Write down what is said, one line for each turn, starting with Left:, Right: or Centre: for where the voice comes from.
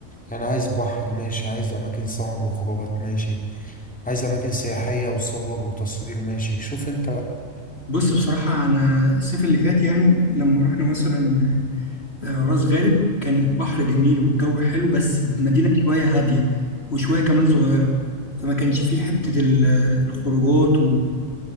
Centre: يعني عايز بحر ماشي عايز أماكن سهر وخروجات ماشي عايز أماكن سياحية وصور وتصوير ماشي شوف أنت بقى
Left: بص بصراحة انا الصيف اللي فات يعني لما رحنا مثلا آه، راس غارب كانت بحر جميل والجو حلو بس المدينة شوية هادية وشوية كمان صغيرة فما كانش فيه حتة ال- الخروجات